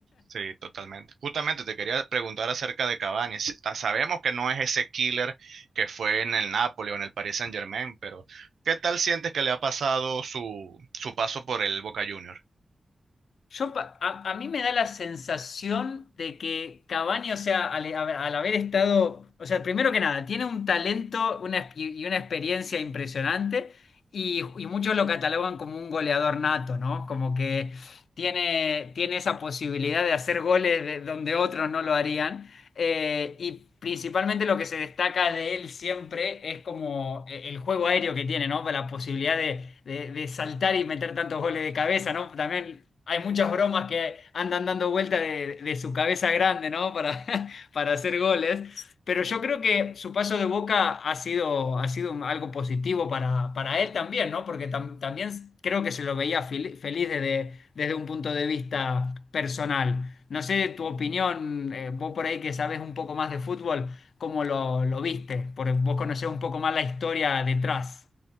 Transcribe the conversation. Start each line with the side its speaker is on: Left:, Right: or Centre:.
Right: Sí, totalmente. Justamente te quería preguntar acerca de Cavani. Si- ta- Sabemos que no es ese killer que fue en el Napoli o en el Paris Saint-Germain, pero ¿qué tal sientes que le ha pasado su, su paso por el Boca Juniors?
Left: Yo, pa- a, a mí me da la sensación de que Cavani, o sea, al, a- al haber estado, o sea, primero que nada, tiene un talento una, ex- y una experiencia impresionante y, y muchos lo catalogan como un goleador nato, ¿no? Como que tiene, tiene esa posibilidad de hacer goles de- donde otros no lo harían. Eh, y principalmente lo que se destaca de él siempre es como eh, el juego aéreo que tiene, ¿no? La posibilidad de, de- de saltar y meter tantos goles de cabeza, ¿no? También hay muchas bromas que andan dando vuelta de, de su cabeza grande, ¿no? Para, <laughs> para hacer goles. Pero yo creo que su paso de Boca ha sido, ha sido un- algo positivo para, para él también, ¿no? Porque tam- también creo que se lo veía fel- feliz desde, desde un punto de vista personal. No sé tu opinión, eh, vos por ahí que sabes un poco más de fútbol, ¿cómo lo, lo viste? Porque vos conocés un poco más la historia detrás.